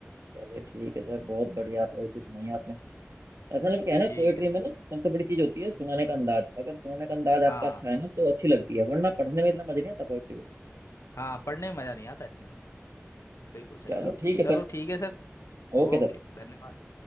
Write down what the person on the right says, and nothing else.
चलिए ठीक है सर बहुत बढ़िया पोएट्री सुनाई आपने ऐसा लगता है ना
पोएट्री
में ना सबसे बड़ी चीज होती है सुनाने का अंदाज अगर सुनाने का अंदाज
आपका अच्छा है ना तो अच्छी लगती है वरना पढ़ने में इतना मजा नहीं आता पोएट्री को
चलो
ठीक है
सर
Okay
sir